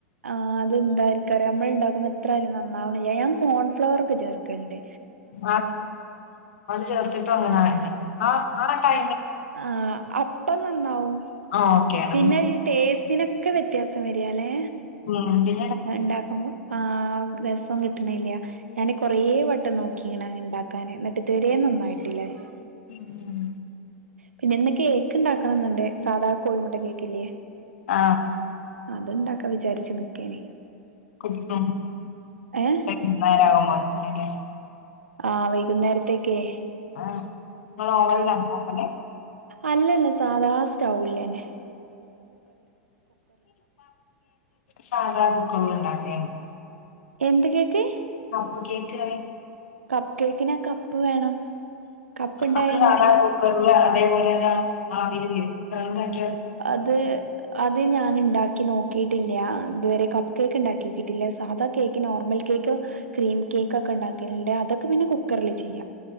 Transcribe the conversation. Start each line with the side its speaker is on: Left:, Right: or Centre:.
Right: ആ അതെന്താര്കാരം നമ്മള്ണ്ടാക്കുമ്പോ എത്രയാലും നന്നാവ്ണില്ല ഞാൻ കോൺ ഫ്ലവറൊക്കെ ചേർക്കല്ണ്ട്
Left: ആ അത് ചേർത്തിട്ടും അങ്ങനയന്നെ അ ആ ടൈ
Right: ആ അപ്പ നന്നാവും
Left: ആ ഓക്കെയാണ്
Right: പിന്നെ ഈ ടേസ്റ്റിനൊക്കെ വ്യത്യാസം സം വരാലെ
Left: മ്
Right: ഇണ്ടാക്ക്പോ ആ രസം കിട്ട്ണില്ല ഞാാന് കൊറേ വട്ടം നോക്കീണ് അ ണ്ടാക്കാന് എന്നിട്ട്ത്വരെ നന്നായ്ട്ടില്ല അ
Left: ഉം
Right: പിന്നെ ന്ന് കേക്ക് ണ്ടാക്കണംന്ന്ണ്ട് സാധാ കോയ്മുട്ട കേക്കില്ലേ
Left: ആ
Right: അതുണ്ടാക്കാ വിചാരിച്ച് നിക്കയാണെ
Left: ആകുംപോട
Right: ഏ
Left: <unintelligible>
Right: ആ വൈകുന്നേരത്തേക്കെ
Left: ആ നിങ്ങളോവനിലാ <unintelligible>
Right: അല്ലല്ല സാദാ സ്റ്റൗവിലന്നെ
Left: സാധാ കുക്കറിൽ ഉണ്ടാക്കിയാൽ മതി
Right: എന്ത് കേക്കേ
Left: കപ്പ് കേക്ക് പറിം
Right: കപ്പ് കേക്കിനെ കപ്പു വേണം കപ്പ് ഇണ്ടായ
Left: അത്
Right: ഇണ്ടാക്കാ
Left: സാദാ കുക്കറില് അതേപോലെന്ന ആവി കേറ്റി
Right: അത് അതി ഞാനുണ്ട് ഉണ്ടാക്കി നോക്കിയിട്ടില്യ ഇതുവരെ കപ്പ് കേക്ക് ഉണ്ടാക്കിട്ടിട്ടില്ല നോക്കിയിട്ടില്ല സാധാ കേക്ക് നോർമൽ കേക്ക് ക്രീം കേക്കൊക്കെ ഉണ്ടാക്കനുണ്ട് അതൊക്കെ പിന്നെ കുക്കറിലു ചെയ്യാം